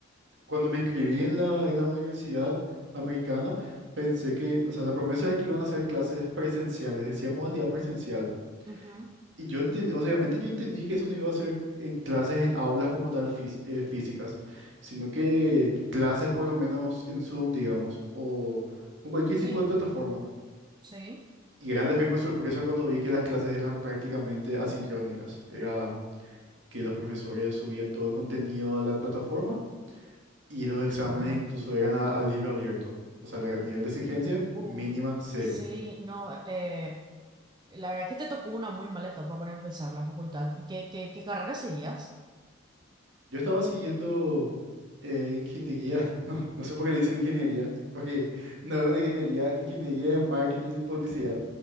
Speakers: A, on the right; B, on the right.
A: Cuando me inscribí en la, en la universidad americana, pensé que, o sea, la promesa era que iban a ser clases presenciales, decía modalidad presencial.
B: Ujú.
A: Y yo entendí, o sea, obviamente yo entendí que eso no iba a ser en clases en aulas como tal fis- eh, físicas, sino que clases por lo menos en Zoom, digamos, o en cualquier
B: Sí,
A: tipo de plataforma.
B: sí.
A: Y grande fue mi sorpresa cuando vi que las clases eran prácticamente asincrónicas. Era que los profesores subían todo el contenido a la plataforma Y los exámenes
B: Ujú.
A: incluso eran a- al libro abierto. O sea, el nivel de exigencia
B: Uf,
A: mínima cero.
B: sí, no, eh, la verdad que te tocó una muy mala etapa para empezar la facultad. ¿Y qué, qué, qué carrera seguías?
A: Yo estaba siguiendo eh, ingeniería, <laughs> no, no sé por qué le dicen ingeniería, porque no es una ingeniería, ingeniería de marketing y publicidad.